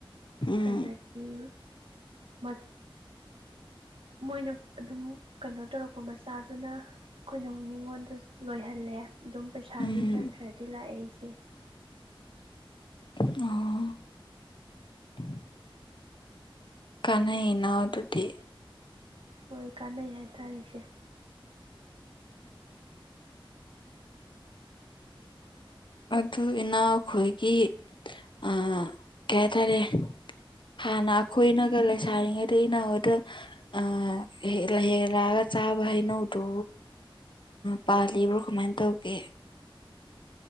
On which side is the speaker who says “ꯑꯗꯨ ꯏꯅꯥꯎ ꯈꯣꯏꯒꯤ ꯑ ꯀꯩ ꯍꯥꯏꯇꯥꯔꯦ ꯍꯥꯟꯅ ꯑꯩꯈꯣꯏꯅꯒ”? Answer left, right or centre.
Left